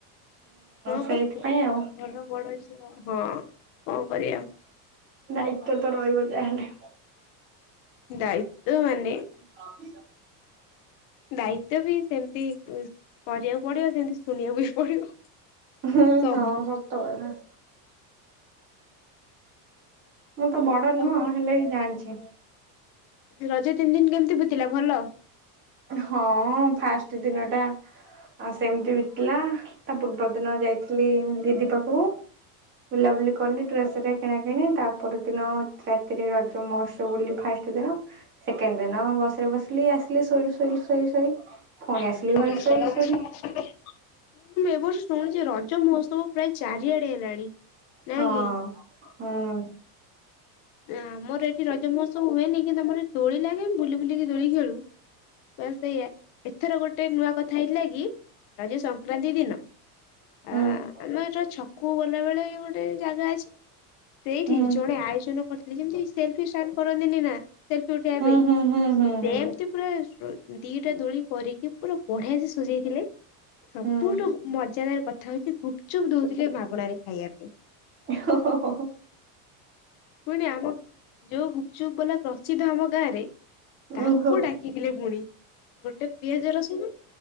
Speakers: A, on the left; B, on the right.
A: ହଁ
B: ସେଇଥିପାଇଁ
A: ପା ଘରର
B: ଆଉ।
A: ବଡ ଝିଅ ହଁ କଣ କରିବା।
B: ଦାୟିତ୍ଵ ତ ରହିବ ଯାହା ହେଲେ।
A: ଦାୟିତ୍ୱ ମାନେ?
B: <inaudible>
A: ଦାୟିତ୍ୱ ବି ସେମ୍ ତି କରିବାକୁ ପଡିବ ସେମିତି ଶୁଣିବାକୁ ବି ପଡିବ,
B: ହୁଁ
A: ସବୁ।
B: <inaudible> ମୁଁ ତ ବଡ ନୁହଁ
A: ଆଉ
B: ହେଲେ ବି ଜାଣିଛି।
A: ରଜ ତିନ୍ ଦିନ୍ କେମିତି ବିତିଲା ଭଲ?
B: ହଁ ଫାଷ୍ଟ ଦିନଟା ଆଉ ସେମିତି ବିତିଲା ତା ପୂର୍ବ ଦିନ ଯାଇଥିଲି ଦିଦି ପାଖକୁ। ବୁଲାବୁଲି କଲି ଡ୍ରେସ ରେ କିଣା କିଣି ତା ପର ଦିନ ରାତିରେ ରଜ ମହୋତ୍ସବ ବୁଲି ଫାଷ୍ଟ ଦିନ ସେକେଣ୍ଡ ଦିନ ବସ ରେ ବସିଲି ଆସିଲି ଶୋଇଲି ଶୋଇଲି ଶୋଇ ଶୋଇ। ପୁଣି
A: <unintelligible>
B: ଆସିଲି ଘରେ ଶୋଇଲି ଶୋଇଲି
A: ମୁଁ କହିଲି ଏ ବର୍ଷ ଶୁଣିୁଛି ରଜ ମହୋତ୍ସବ ପ୍ରାୟ ଚାରିଆଡେ ହେଲାଣି। ନାଇଁ
B: ହଁ
A: କି
B: ହୁଁ।
A: ଆମର ଏଠି ରଜ ମହୋସ୍ ସବୁ ହୁଏନି କି ତମର ଦୋଳି ଲାଗେ ବୁଲି ବୁଲିକି ଦୋଳି ଖେଳୁ ବାସ ସେଇଆ। ଏଥର ଗୋଟେ ନୂଆ କଥା ହେଇଥିଲା କି ରଜ ସଂକ୍ରାନ୍ତି ଦିନ
B: ହୁଁ
A: ଆ ଆମର ଛ କୁ ଗଲା ବେଳେ ଗୋଟେ ଜାଗା ଅଛି ସେଇଠି
B: ହୁଁ ହୁଁ
A: ଜଣେ ଆୟୋଜନ କରିଥିଲି ଯେମିତି ସେଲଫି ଷ୍ଟାଣ୍ଡ କରନ୍ତିନି ନା ସେଲଫି ଉଠେଇବା ପାଇଁ।
B: ହୁଁ ହୁଁ ହୁଁ। ହୁଁ
A: ସେମତି ପୁରା ଦିଟା ଦୋଳି କରିକି ପୁରା ବଢିଆ ସେ ସଜେଇଥିଲେ। ସବୁଠୁ
B: ହୁଁ ହୁଁ
A: ମଜାଦାର କଥା ହଉଛି ଗୁପଚୁପ ଦୋଉଥିଲେ ମାଗଣରେ ଖାଇବା ପାଇଁ।
B: ହୋ ହୋ ହୋ
A: ପୁଣି ଆମ ଯୋଉ ଗୁପଚୁପ ବଲା ପ୍ରସିଦ୍ଧ ଆମ ଗାଁ ରେ ତାଙ୍କୁ
B: ଓହୋ
A: ଡାକଥିଲେ ଫୁଣି। ଗୋଟେ ପିଆଜ ରସୁଣ